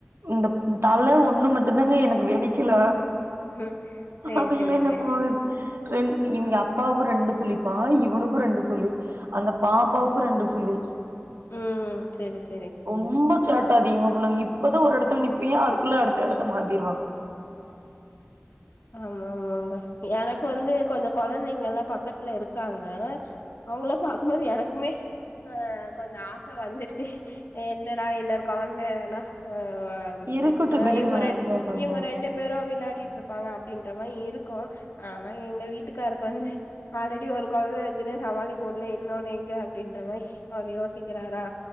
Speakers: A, on the right (about 80°); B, on the left (about 75°).
A: இந்த தல ஒண்ணு ஒன்னு மட்டு்தாங்க எனக்கு வெடிக்கல
B: உம் சேரி
A: அதுமே
B: சேரிங்க
A: எனக்கு போகுது ரெண் இவங்க அப்பாவுக்கும் ரெண்டு சுலிப்பா இவனுக்கும் ரெண்டு சுலி அந்த பாப்பாவுக்கு ரெண்டு சுலி உ
B: உம் சேரி சே
A: ரொம்ப சேட்ட அதிகமா பன்னு இப் இப்பதா ஒரு எடத்துல நிப்பியா அதுக் அத்துக்குள்ள அடுத்த எடத்த மாத்திருவாங்க
B: ஆமா ஆமாங்க எனக்கு வந்து கொஞ்ச கொழந்தைங்க எல்லா பக்கத்துல இருக்காங்க அவங்கள பாக்கும்போது எனக்குமே அஹ் கொஞ்ச ஆசை வந்துச்சு என்னடா இன்னொரு கொழந்த இதனா வேண் ஓ
A: இருக்கட்டு
B: பெத்துக்கனா
A: விடுங்க
B: இவங்க ர
A: இன்னொரு கொழந்த
B: இவங்க ரெண்டு விளாயாடிட்டு இருப்பாங்க அப்டின்ற மாரி இருக்கு ஆனா எங்க வீட்டுக்காருக்கு வந்து ஆல்ரெடி ஒரு கொழத வச்சுன்னே சமாளிக்க முடல இன்னொன்னு எங்க அபடின்ற மாரி அவர் யோசிக்கிறாரா